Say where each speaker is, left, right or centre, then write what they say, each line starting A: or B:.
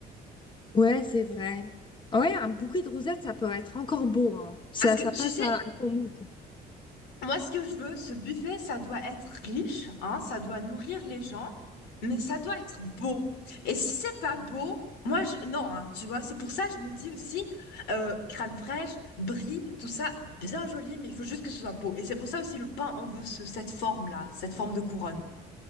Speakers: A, on the left (about 30°); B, on the left (about 90°).
A: Ouais, c'est vrai. Ouais, un bouquet de rosettes, ça peut être encore beau, hein. Ça,
B: Parce que
A: ça
B: tu
A: passe
B: sais,
A: à, à ton mood.
B: Moi, ce que je veux, ce buffet, ça doit être riche, hein, ça doit nourrir les gens, mais ça doit être beau. Et si c'est pas beau, moi, je, non, hein, tu vois, c'est pour ça que je me dis aussi, euh, crème fraîche, brie, tout ça, bien joli, mais il faut juste que ce soit beau. Et c'est pour ça aussi le pain, on veut ce- cette forme-là, cette forme de couronne.